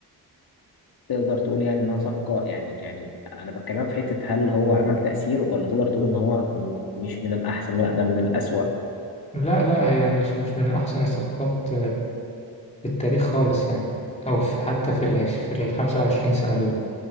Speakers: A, on the left (about 65°); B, on the left (about 15°).
A: تقدر تقول يعني انها صفقة يعني يعني انا بكلمك في حتة هل هو عمل تأثير ولا تقدر تقول ان هو م- مش من الاحسن لا ده من الأسوأ
B: لا لا هي مش مش من أحسن الصفقات في التاريخ خالص يعني أو في حتى في العش في الخمسة وعشرين سنة دول